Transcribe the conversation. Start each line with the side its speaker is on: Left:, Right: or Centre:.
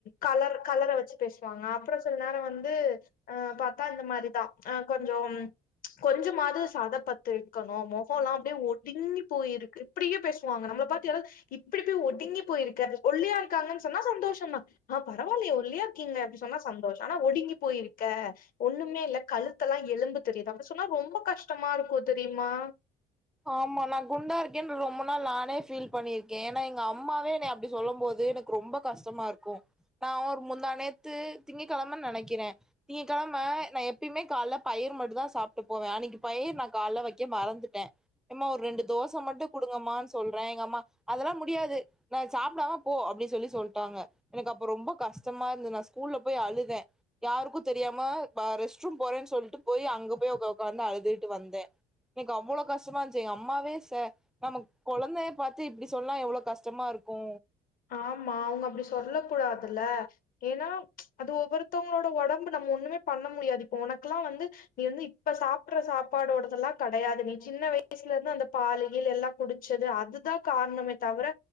Left: கலர் கலர வச்சு பேசுவாங்க அப்றோ சில நேரோ வந்து அ பாத்தா இந்த மாரிதா அ கொஞ்சோ கொஞ்சமாது சத பத்து இருக்கணு மொகோலா அப்டியே ஒடுங்கி போயிருக்கு இப்டியே பேசுவாங்க நம்மள பாத்து யாராது இப்டி போய் ஒடுங்கி போய்ருக்க ஒல்லியா இருக்காங்கன் சொன்னா சந்தோஷந் தா ஆ பரவால்லயே ஒல்லியா இருக்கீங்க அப்டி சொன்னா சந்தோஷோ ஆனா ஒடுங்கி போயிருக்க ஒண்ணுமே இல்ல கழுத் த்தலா எலும்பு தெரிது அப்டி சொன்னா ரொம்ப கஷ்டமாருக்கு தெரியுமா
Centre: ஆமா நா குண்டா இருக்கேன் ரொம்ப நாள் நானே ஃபீல் பண்ணிருக்கே ஏனா எங்க அம்மாவே எனைய அப்டி சொல்லம் போது எனக் கு ரொம்ப கஷ்டமா இருக்கு நா ஒரு முந்தா நேத்து திங்க கெழமன் நெனைக்கிறே திங்க கெழம நா எப்யுமே காலேல பயர் மட்டுந் தா சாப்ட்டு போவே அன்னைக்கு பயர் நா கால்ல வக்க மறந்துட்டே எம்மா ஒரு ரெண்டு தோச மட்டு குடுங்கமானு சொல்றே எங்க அம்மா அதல்லா முடியாது நா சாப்டாம போ அப்டி சொல்லி சொல்ட்டாங்க எனக்கு அப்போ ரொம்ப கஷ்டமா இருந்தது நா ஸ்கூல்ல போய் அழுதே யாருக்கு தெரியாம வ ரெஸ்ட் ரூம் போறேன் சொல்ட்டு போய் அங்க போய் உ உக்காந்து அழுதுகிட்டு வந்தே எனக் அவ்வளோ கஷ் கஷ்டமா இருன்ச்சு எங்க அம்மாவே ச நம கொழந்தய பாத்து இப்டி சொன்னா எவ்வளோ கஷ்டமாருக்கு
Left: ஆமா அவுங்க அப்டி சொல்ல கூடாதுல ஏனா அது ஒவ்வொருத்தவ்ங்களோட ஒடம்பு நம்ம ஒண்ணுமே பண்ண முடியாது இப்ப ஒனக்லா வந்து நீ வந்து இப்ப சாப்புற்ற சாப்பாடோடதல்லா கெடையாது நீ சின்ன வயசுல இருந்து அந்த பாலு கீழு எல்லா குடுச்சது அதுதா காரணமே தவிர